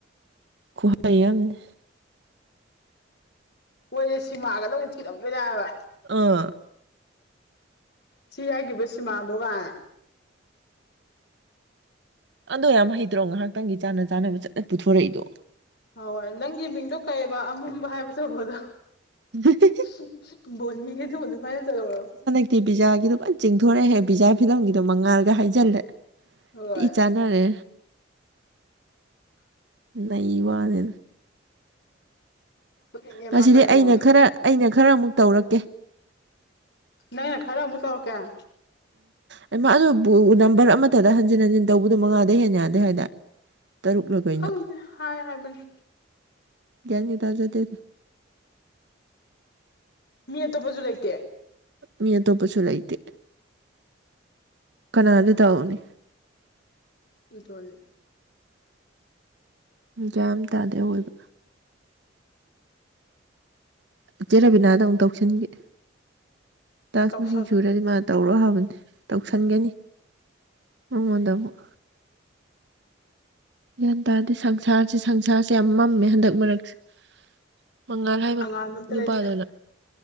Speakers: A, on the right; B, on the left.
A: ꯀꯨꯍꯑꯩ ꯑꯃꯅꯤ꯫
B: ꯃꯣꯏꯁꯦ ꯁꯤꯃꯥꯒ ꯅ ꯑꯃꯛ ꯊꯤꯛꯂꯝꯗꯣꯏꯅꯦꯕ
A: ꯑꯥ
B: ꯁꯤ ꯍꯥꯏꯈꯤꯕ ꯁꯤꯃꯥ ꯗꯣ ꯀꯥꯏꯅ꯫
A: ꯑꯗꯣ ꯌꯥꯝ ꯍꯩꯇ꯭ꯔꯣ ꯉꯥꯏꯍꯥꯛꯇꯪꯒꯤ ꯆꯥꯅ ꯆꯥꯅꯕ ꯆꯠꯅ ꯄꯨꯊꯣꯔꯛꯏꯗꯣ
B: ꯍ ꯍꯣꯏ ꯅꯪꯒꯤ ꯃꯤꯡꯗꯣ ꯀꯩꯕ ꯑꯃꯝꯕ ꯍꯥꯏꯕ ꯇꯧꯕꯗꯣ
A: <unintelligible>
B: <unintelligible>
A: ꯗꯤ ꯄꯤꯖꯥꯒꯤꯗꯣ ꯐꯅ ꯆꯤꯡꯊꯣꯔꯛꯑꯦ ꯄꯤꯖꯥ ꯐꯤꯂꯝꯒꯤꯗꯣ ꯃꯉꯥꯜꯒ ꯍꯥꯏꯖꯜꯂꯦ꯫
B: ꯍꯣꯏ
A: ꯊꯦ ꯆꯥꯟꯅꯔꯦ ꯅꯏꯋꯥꯅꯦ꯫
B: ꯐꯨꯅꯤꯡꯉꯦ
A: ꯉꯁꯤꯗꯤ
B: ꯃꯥꯅ ꯇꯧꯔꯤ
A: ꯑꯩꯅ
B: ꯃꯑꯣꯡꯗꯣ
A: ꯈꯔ ꯑꯩꯅ ꯈꯔ ꯑꯃꯨꯛ ꯇꯧꯔꯛꯀꯦ꯫
B: ꯅꯪꯅ ꯈꯔꯥ ꯑꯃꯨꯛ ꯇꯔꯛꯀꯦ ꯫
A: ꯑ ꯏꯃ ꯑꯗꯨꯕꯨ ꯅꯝꯕꯔ ꯑꯃꯇꯗ ꯍꯟꯖꯤꯟ ꯍꯟꯖꯤꯟ ꯇꯧꯕꯗꯣ ꯃꯉꯥꯗ ꯍꯦꯟꯟꯅ ꯌꯥꯗꯦ ꯍꯥꯏꯗ ꯇꯔꯨꯛꯂꯒꯩꯅꯣ
B: ꯈꯪꯗꯦ ꯍꯥꯏ ꯍꯥꯏꯕꯅꯤ
A: ꯒ꯭ꯌꯥꯅꯤ ꯇꯥꯖꯗꯦꯗ
B: ꯃꯤ ꯑꯇꯣꯞꯄꯁꯨ ꯂꯩꯇꯦ꯫
A: ꯃꯤ ꯑꯇꯣꯞꯄꯁꯨ ꯂꯩꯇꯦ ꯀꯅꯥꯗ ꯇꯥꯛꯑꯣꯅꯦ꯫
B: ꯎ ꯇꯣꯏꯦ꯫
A: ꯌꯥꯝ ꯇꯥꯗꯦ ꯑꯣꯏꯕ ꯆꯦꯔꯕꯤꯅꯥꯗ ꯑꯃꯨꯛ ꯇꯧꯁꯤꯟꯒꯦ ꯇꯥꯛꯁ
B: ꯇꯧꯁꯜ
A: ꯃꯁꯤꯡ ꯁꯨꯔꯗꯤ ꯃꯥ ꯇꯧꯔꯛ ꯍꯥꯏꯕꯅꯤ ꯇꯧꯁꯟꯒꯅꯤ ꯃꯉꯣꯟꯗ ꯑꯃꯨꯛ ꯒ꯭ꯌꯥꯟ ꯇꯥꯔꯗꯤ ꯁꯪꯁꯥꯔꯁꯦ ꯁꯪꯁꯥꯔꯁꯦ ꯌꯥꯝ ꯃꯝꯃꯦ ꯍꯟꯗꯛ ꯃꯔꯛꯁꯦ ꯃꯉꯥꯜ ꯍꯥꯏꯕ
B: ꯑꯉꯥꯟꯕ ꯑꯝꯇ
A: ꯅꯨꯄꯥꯗꯨꯅ
B: ꯂꯩꯇ꯭ꯔꯦ